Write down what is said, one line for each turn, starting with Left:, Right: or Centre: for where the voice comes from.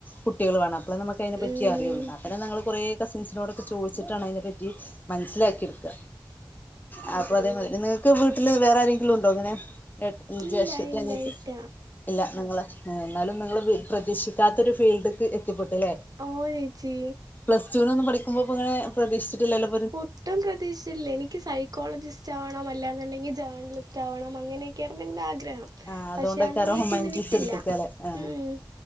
Left: കുട്ടികൾ വാണം അപ്പളെ നമക്കയിനെ പറ്റി
Right: ഉം
Left: അറിയോള്ളൂ ഇന്നാത്തെന്നെ ഞങ്ങൾ കൊറേ കസിൻസിനോടൊക്കെ ചോയ്ച്ചിട്ടാണ് അയിനെപ്പറ്റി മനസ്സിലാക്കിട്ക്ക അ അപ്പൊ അതേമാതിരി നിങ്ങക്ക് വീട്ടില് വേറെ ആരെങ്കിലുണ്ടോ ഇങ്ങനെ ഏട്ട ഈ
Right: ഇല്ല
Left: ജേഷട്ടത്തി
Right: ഇല്ല
Left: അനിയത്തി
Right: ഇല്ല
Left: ഇല്ല നിങ്ങള് ഇന്നാലും നിങ്ങള് പ്രതീക്ഷിക്കാത്തൊരു ഫീൽഡ്ക്ക് എത്തിപ്പെട്ടുല്ലേ
Right: ഓഹ് ഏച്ചി
Left: പ്ലസ്ടുനൊന്നും പഠിക്കുമ്പോ ഇപ്പങ്ങനെ പ്രതീക്ഷിച്ച്ട്ടില്ലല്ലോ
Right: ഒട്ടും പ്രതീക്ഷിച്ച്ല്ല എനിക്ക് സൈ ക്കോളജിസ്റ്റാവണം അല്ലാന്ന്ണ്ടെങ്കി ജേർണലിസ്റ്റാവണം അങ്ങനെയൊക്കെയിരുന്നു ഇൻ്റെ ആഗ്രഹം
Left: ആ
Right: പക്ഷെ
Left: അതുകൊണ്ടൊക്കാരോ
Right: അതൊന്നും വീട്ടിന്ന്
Left: ഹ്യുമാനിറ്റീസ്
Right: വിട്ടില്ല
Left: എടുത്തക്കല്ലേ ആ
Right: മ്മ്